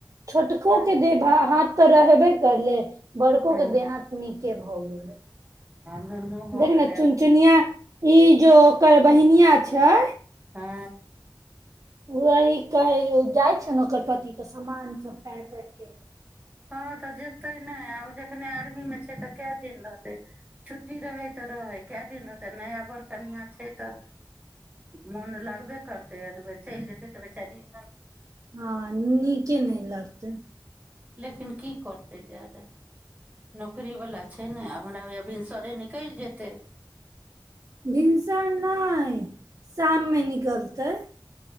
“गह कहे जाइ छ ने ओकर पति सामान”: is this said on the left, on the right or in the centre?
Right